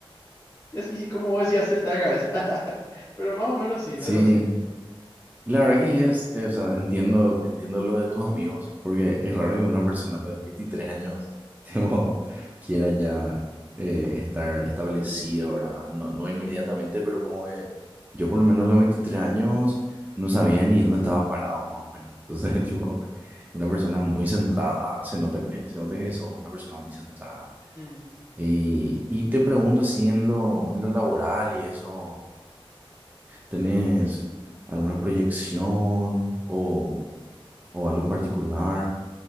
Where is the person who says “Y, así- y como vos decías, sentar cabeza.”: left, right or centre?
Left